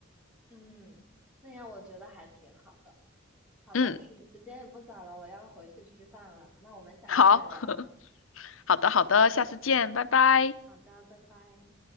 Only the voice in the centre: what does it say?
嗯，那样我觉得还挺好的。好了，
时时间也不早了，我要回去吃饭了。那我们下次再聊。
好
好的，拜拜。